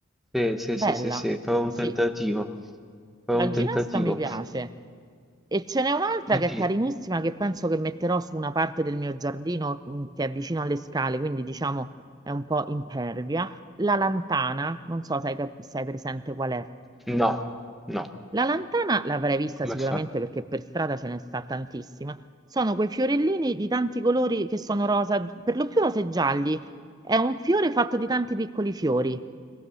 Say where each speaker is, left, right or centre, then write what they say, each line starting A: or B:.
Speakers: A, in the centre; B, on the right.
A: Sì, sì,
B: Bella,
A: sì, sì, sì, farò un
B: sì.
A: tentativo. Farò
B: La
A: un
B: ginestra
A: tentativo.
B: mi piace. E ce n'è un'altra
A: Poi
B: che è
A: ti-
B: carinissima che penso che metterò su una parte del mio giardino mh, che è vicino alle scale, quindi diciamo è un po' impervia. La lantana, non so se hai, cap- se hai presente qual è.
A: No, no,
B: La lantana l'avrei vista
A: come
B: sicuramente
A: è fatto?
B: perché per strada ce ne sta tantissima. Sono quei fiorellini di tanti colori che sono rosa, per lo più rosa e gialli. È un fiore fatto di tanti piccoli fiori.